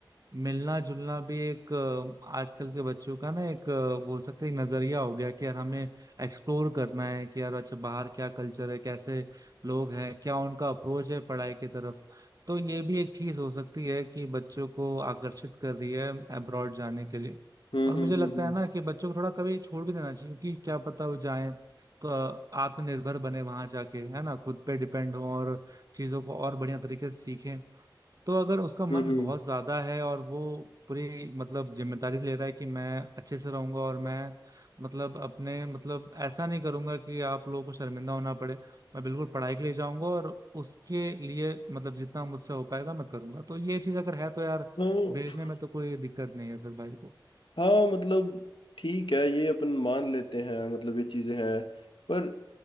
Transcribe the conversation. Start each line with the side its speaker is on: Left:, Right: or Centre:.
Right: मिलना जुलना भी एक आ, आजकल के बच्चों का ना एक आ, बोल सकते हैं एक नजरिया हो गया कि यार हमें एक्सप्लोर करना है कि यार अच्छा बाहर क्या कल्चर है कैसे लोग हैं क्या उनका अप्रोच है पढ़ाई की तरफ तो ये भी एक चीज हो सकती है कि बच्चों को आकर्षित कर रही है अब्रॉड जाने के लिए
Left: हम्म
Right: और मुझे
Left: हम्म
Right: लगता
Left: हम्म
Right: है ना कि बच्चों को थोड़ा कभी छोड़ भी देना चाहिए क्योंकि क्या पता वो जाए तो अ, आत्मनिर्भर बने वहां जाके है ना खुद पे डिपेंड हो और चीजों को और बढ़िया तरीके से सीखें तो अगर उसका मन
Left: हम्म हम्म
Right: बहुत ज्यादा है और वो पूरी मतलब जिम्मेदारी ले रहा है कि मैं अच्छे से रहूंगा और मैं मतलब अपने मतलब ऐसा नहीं करूंगा कि आप लोगों को शर्मिंदा होना पड़े मैं बिल्कुल पढ़ाई के लिए जाऊंगा और उसके लिए मतलब जितना मुझसे हो पाएगा मैं करूंगा तो ये चीज अगर है तो यार
Left: हम्म, हम्म।
Right: भेजने में तो कोई दिक्कत नहीं है फिर भाई को
Left: हाँ मतलब ठीक है ये अपन मान लेते हैं मतलब ये चीजें हैं पर